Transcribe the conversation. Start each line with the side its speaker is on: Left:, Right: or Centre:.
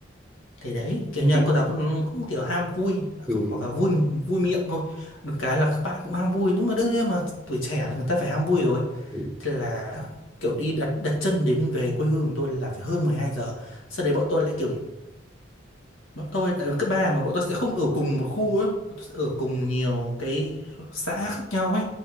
Left: Thì đấy, kiểu
Centre: <laughs> ừ.
Left: như là cô giáo cũng, cũng kiểu ham vui, à
Centre: Ừ.
Left: không hoặc là vui vui miệng thôi. Được cái là các bạn cũng ham vui, nhưng mà đương nhiên mà tuổi trẻ là người ta phải ham vui rồi.
Centre: ừ.
Left: Thế là kiểu đi đặt đặt chân đến về quê hương của tôi là phải hơn 12 giờ. Sau đấy bọn tôi lại kiểu bọn tôi tại vì cấp 3 mà bọn tôi sẽ không ở cùng một khu á, bọn tôi sẽ ở cùng nhiều cái xã khác nhau ấy